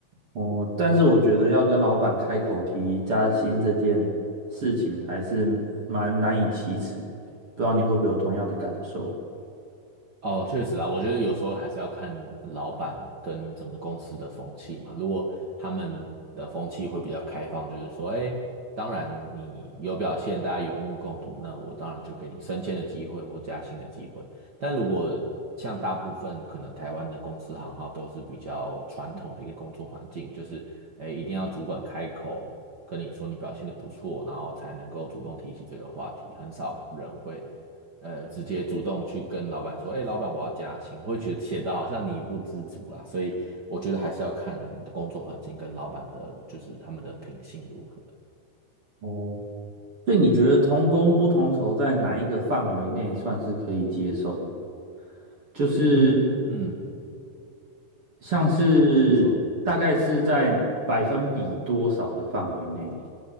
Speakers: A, on the right; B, on the right.
A: 哦，但是我觉得要跟老板开口提加薪这件事情，还是蛮难以启齿的。不知道你会不会有同样的感受？
B: 哦，确实啊，我觉得有时候还是要看老板跟整个公司的风气嘛。如果他们的风气会比较开放，就是说，哎，当然你有表现，大家有目共睹，那我当然就给你升迁的机会或加薪的机会。但如果像大部分可能台湾的公司行号都是比较传统的一个工作环境，就是哎，一定要主管开口跟你说你表现的不错，然后才能够主动提起这个话题，很少人会。呃直接主动去跟老板说，哎，老板我要加薪，会觉得显得好像你不知足啦。所以我觉得还是要看你的工作环境跟老板的，就是他们的品性如何。
A: 哦，对，你觉得同工不同酬在哪一个范围内算是可以接受的？就是
B: 嗯嗯，
A: 像是大概是在百分比多少的范围内？
B: 请请说。